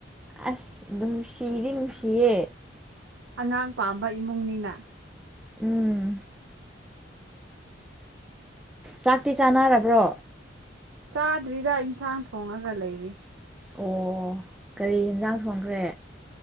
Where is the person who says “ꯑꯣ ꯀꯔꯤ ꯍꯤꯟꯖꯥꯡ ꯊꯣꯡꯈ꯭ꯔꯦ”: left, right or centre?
Centre